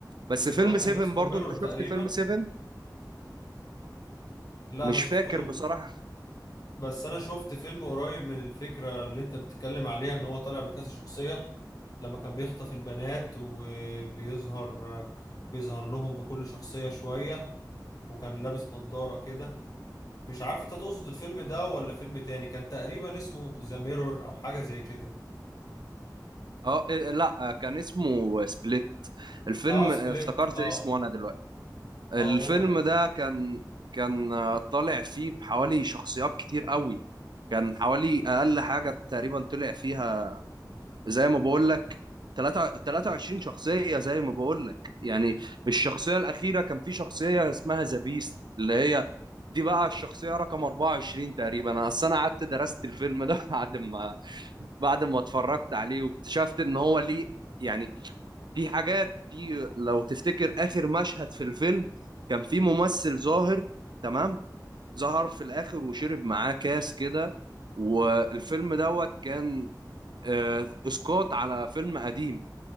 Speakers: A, on the right (about 75°); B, on the left (about 55°).
A: بس
B: اللي
A: فيلم
B: هو كان
A: 7
B: اسمه
A: برضو
B: ميرور
A: انت شفت
B: تقريبا
A: فيلم 7
B: لا
A: مش
B: ما شفتوش
A: فاكر بصراحة
B: بس انا شفت فيلم قريب من الفكره اللي انت بتتكلم عليها ان هو طالع بكذا شخصيه لما كان بيخطف البنات وبيظهر بيظهر لهم بكل شخصيه شويه وكان لابس نظاره كده مش عارف انت تقصد الفيلم ده ولا فيلم تاني كان تقريبا اسمه ذا ميرور او حاجه زي كده
A: اه إيه، لا كان اسمه سبليت الفيلم
B: اه سبليت
A: آه، افتكرت
B: اه
A: اسمه انا دلوقتي الفيلم
B: اه هو ده
A: ده كان كان آه، طالع فيه بحوالي شخصيات كتير قوي كان حوالي اقل حاجة تقريبا طلع فيها زي ما بقول تلاتة- 23 شخصية زي ما بقول لك يعني الشخصية الأخيرة كان في شخصية اسمها ذا بيست اللي هي دي بقى الشخصية رقم 24 تقريبا أنا أصل أنا قعدت درست الفيلم ده <laughs> بعد ما بعد ما اتفرجت عليه واكتشفت إن هو ليه يعني في حاجات في لو تفتكر آخر مشهد في الفيلم كان في ممثل ظاهر تمام ظهر في الآخر وشرب معاه كاس كده والفيلم دوت كان آه، اسقاط على فيلم قديم